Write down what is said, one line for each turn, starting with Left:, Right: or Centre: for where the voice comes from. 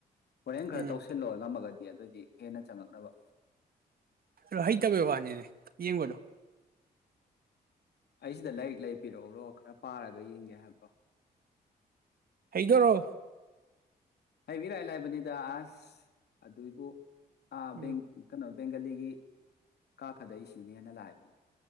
Left: ꯍꯣꯔꯦꯟ ꯈꯔ
Right: ꯎꯝ
Left: ꯇꯧꯁꯤꯜꯂꯣ ꯉꯝꯃꯒꯗꯤ ꯑꯗꯨꯑꯣꯏꯗꯤ ꯍꯦꯟꯅ ꯆꯪꯉꯛꯅꯕ
Right: ꯣ ꯍꯩ ꯇꯕ ꯋꯥꯅꯤꯅꯦ ꯌꯦꯡꯕꯗꯣ
Left: ꯑꯩ ꯁꯤꯗ ꯂꯥꯏꯔꯤꯛ ꯂ ꯄꯔꯛꯎꯔꯣ ꯈꯔ ꯄꯥꯔꯒ ꯌꯦꯡꯒꯦ ꯍꯥꯏꯕ꯭ꯔꯣ
Right: ꯍꯩꯗꯔꯣ
Left: ꯍꯥꯏꯕꯤꯔꯛꯏ ꯂꯥꯏꯕꯅꯤꯗ ꯑꯁ ꯑꯗꯨꯏꯕꯨ ꯑꯥꯦꯡ
Right: ꯎꯝ
Left: ꯀꯩꯅꯣ ꯕꯦꯡꯒꯂꯤꯒꯤ ꯀꯥꯈꯗ ꯑꯩ ꯁꯤꯅꯦꯅ ꯂꯥꯛꯑꯏꯕꯅꯦ